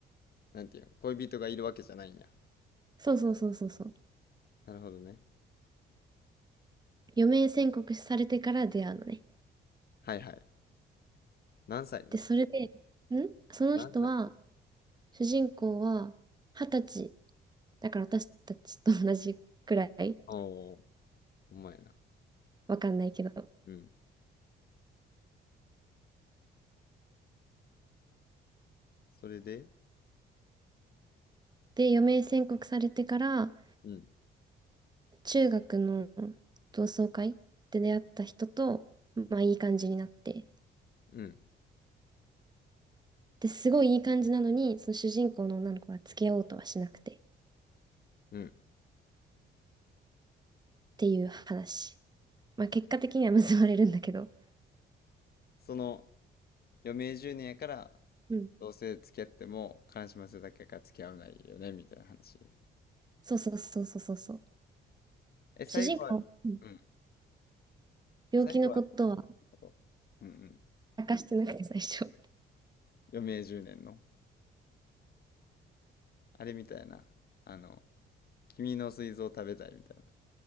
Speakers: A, on the left (about 50°); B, on the right (about 20°).
A: なんていうの、恋人がいるわけじゃないんや。
B: そうそうそうそうそう。
A: なるほどね。
B: 余命宣告されてから出会うのね。
A: はいはい。何歳なんすか
B: で、それで、んその人は、
A: 何歳
B: 主人公は二十歳。だから私たちと同じくらい。
A: おお、ほんまやな。
B: わかんないけど。
A: うん。それで
B: で、余命宣告されてから、
A: うん、
B: 中学の同窓会で出会った人と、まあいい感じになって。
A: うん、
B: で、すごいいい感じなのに、その主人公の女の子は付き合おうとはしなくてっ
A: うん。
B: ていう話。まあ結果的には結ばれるんだけど。
A: その、余命10年やから、
B: うん。
A: どうせ付き合っても、悲しませるだけやから付き合わないよね、みたいな話。
B: そうそうそうそうそうそう。
A: え、最後は、
B: 主人公、うん
A: うん。
B: 病気のことは
A: 最後はなんかと、うんうん。
B: 明かしてなくて最初。
A: 余命10年の。あれみたいな。あの、君の膵臓を食べたいみたいな。